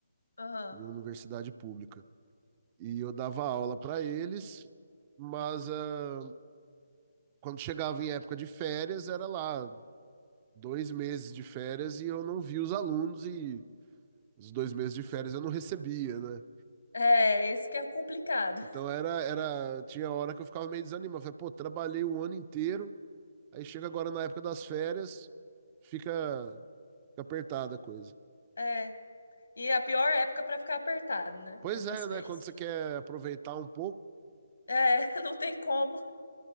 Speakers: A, on the left; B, on the right.
A: Aham.
B: da Universidade Pública. E eu dava aula para eles, mas uh, quando chegava em época de férias, era lá dois meses de férias e eu não via os alunos e os dois meses de férias eu não recebia, né?
A: É, esse que é complicado.
B: Então era, era, tinha hora que eu ficava meio desanimado. Falei, pô, trabalhei o ano inteiro, aí chega agora na época das férias, fica, fica apertada a coisa.
A: É. E é a pior época para ficar apertado, né?
B: Pois
A: É nas
B: é,
A: férias.
B: né? Quando você quer aproveitar um pouco,
A: É, <laughs> não tem como,